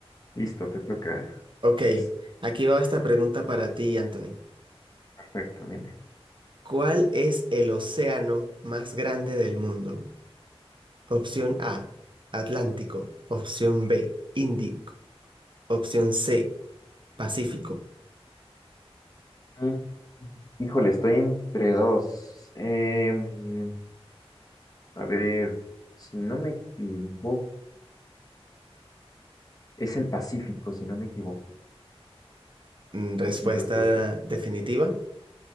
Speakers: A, on the left; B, on the right.
A: Listo, te toca.
B: Ok,
A: Es
B: aquí va esta pregunta para ti, Anthony.
A: perfecto, dime.
B: ¿Cuál es el océano más grande del mundo? Opción A, Atlántico. Opción B, Índico. Opción C, Pacífico.
A: Mm. Híjole, estoy entre dos. Em, a ver, si no me equivoco, es el Pacífico, si no me equivoco.
B: Mm, Respuesta
A: Mi respuesta,
B: definitiva.